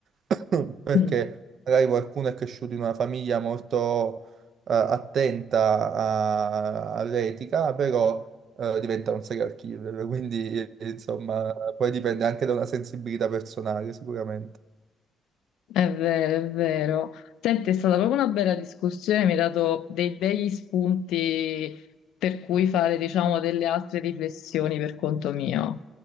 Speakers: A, on the right (about 60°); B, on the left (about 85°).
A: <laughs> perché
B: Mm.
A: magari qualcuno è cresciuto in una famiglia molto eh, attenta a- all'etica, però eh, diventa un serial killer, quindi eh, insomma poi dipende anche da una sensibilità personale sicuramente.
B: È vero, è vero. Senti, è stata proprio una bella discussione, mi hai dato dei begli spunti per cui fare, diciamo, delle altre riflessioni per conto mio.